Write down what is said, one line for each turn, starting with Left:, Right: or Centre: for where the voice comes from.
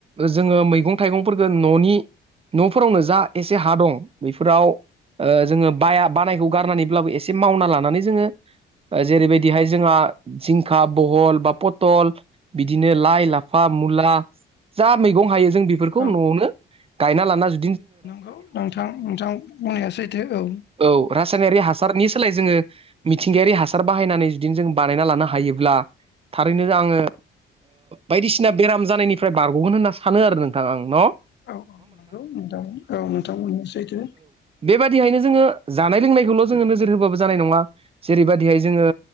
Right: जोङो मैगं थाइगंफोरखौ न'नि न'फोरावनो जा एसे हा दं बैफोराव जोङो बाया बानायखौ गारनानैब्लाबो एसे मावना लानानै जोङो जेरैबायदिहाय जोंहा जिंखा बहल बा पथल बिदिनो लाइ लाफ फा मुला जा मैगं हायो जों बेफोरखौ
Left: औ
Right: न'आवनो गायना लाना जा
Left: नंगौ नोंथां नोंथां बुंनाया सैथो औ
Right: औ रासायनारि हासारनि सोलाय जोङो मिथिंगायारि हासार बाहायनानै जुदिनो जों बानायना लानो हायोब्ला थारैनो आङो बायदिसिना बेराम जानायनिफ्राय बारग'गोन होनना सानो आरो नोंथां आं न'
Left: औ औ नंगौ नोंथां औ नोंथां बुंनाया सैथो
Right: बेबायदिहायनो जोङो जानाय लोंनायखौल' जोङो नोजोर होबाबो जानाय नङा जेरैबाददिहाय जोङो